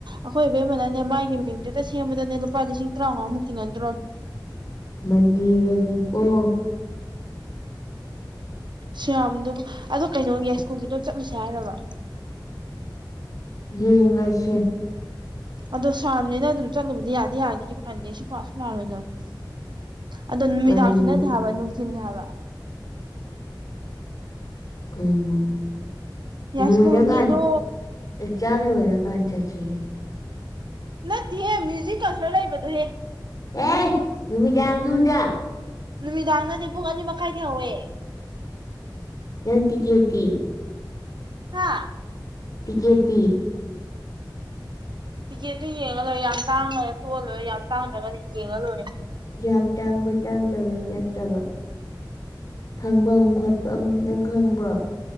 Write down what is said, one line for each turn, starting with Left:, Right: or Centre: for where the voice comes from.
Right: ꯑꯈꯣꯏ ꯑꯕꯦꯝꯃꯅ ꯃꯥꯒꯤ ꯃꯤꯡꯗꯨꯇ ꯁꯦꯝꯕꯗꯅꯦ ꯂꯨꯄꯥ ꯂꯤꯁꯤꯡ ꯇꯔꯥꯃꯉꯥꯃꯨꯛ ꯇꯤꯡꯍꯟꯗꯣꯔꯕꯅꯤ
Left: <inaudible> ꯃꯟꯗꯦꯗꯅꯤꯀꯣ <inaudible>
Right: ꯁꯤꯌꯥꯝꯗꯨꯝ ꯑꯗꯣ ꯀꯩꯅꯣ ꯌꯥꯏꯁ꯭ꯀꯨꯜꯒꯤꯗꯣ ꯆꯠꯂꯨꯁꯦ ꯍꯥꯏꯔꯕ
Left: ꯌꯦꯡꯉꯁꯦ
Right: ꯑꯗꯣ ꯁꯥꯕꯅꯤꯅ ꯑꯗꯨꯝ ꯆꯠꯂꯨꯕꯗꯤ ꯌꯥꯗꯤ ꯌꯥꯏ <unintelligible> ꯑꯗꯣ ꯅꯨꯃꯤꯗꯥꯡꯁꯨ
Left: ꯀꯔꯤꯅꯣ
Right: ꯅꯠꯇꯦ ꯍꯥꯏꯕ ꯅꯨꯡꯊꯤꯟꯅꯦ ꯍꯥꯏꯕ
Left: ꯀꯩꯅꯣ
Right: ꯌꯥꯏꯁ꯭ꯀꯨꯜꯒꯤꯗꯣ
Left: ꯂꯣꯏꯔꯒꯥꯟ ꯑꯦꯛꯖꯥꯝ ꯂꯣꯏꯔꯀꯥꯟ ꯆꯠꯁꯤꯍꯦ
Right: ꯅꯠꯇꯦꯍꯦ ꯃ꯭ꯌꯨꯖꯤꯛ ꯀꯟꯁ꯭ꯔꯠ ꯂꯩꯕꯗꯣꯍꯦ
Left: ꯑꯦ ꯅꯨꯃꯤꯗꯥꯡꯗꯨꯗ
Right: ꯅꯨꯃꯤꯗꯥꯡꯗꯗꯤ ꯄꯨꯡ ꯑꯅꯤ ꯃꯈꯥꯏꯗꯩ ꯍꯧꯋꯦ
Left: ꯅꯪ ꯇꯤꯀꯦꯠꯇꯤ
Right: ꯍꯥꯥ
Left: ꯇꯤꯀꯦꯠꯇꯤ
Right: ꯇꯤꯛꯀꯦꯠꯇꯨ ꯌꯦꯡꯉ ꯂꯣꯏꯔꯦ ꯌꯥꯝ ꯇꯥꯡꯉꯒ ꯇꯣꯛꯑ ꯂꯣꯏꯔꯦ ꯌꯥꯝ ꯇꯥꯡꯗ꯭ꯔꯒꯅ ꯌꯦꯡꯉ ꯂꯣꯏꯔꯦ
Left: ꯌꯥꯝ ꯇꯥꯡꯕ ꯇꯥꯡꯗꯕꯩ ꯅꯠꯇꯕ ꯐꯪꯚꯝ ꯈꯣꯠꯐꯝ ꯅꯪ ꯈꯪꯕ꯭ꯔꯣ